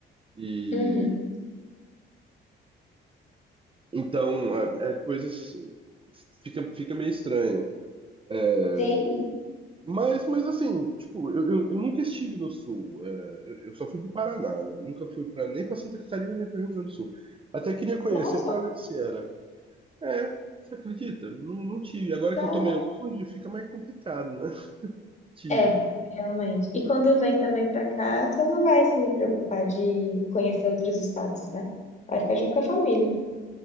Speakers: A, on the right (about 25°); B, on the left (about 35°).
A: E
B: Uhum.
A: então é, é coisas fica, fica meio estranha. É,
B: Sim,
A: mas, mas assim, tipo, eu, eu, eu nunca estive no sul. É, eu, eu só fui pro Paraná, né? Nunca fui pra, nem pra Santa Catarina, nem pro Rio Grande do Sul. Até queria conhecer
B: nossa,
A: pra ver se era. É, você acredita? Não, não tive. Agora
B: cara.
A: que eu tô meio longe, fica mais complicado, né? De,
B: É, realmente. E quando vem também pra cá, você não vai se preocupar de conhecer outros estados, né? Vai ficar junto com a família.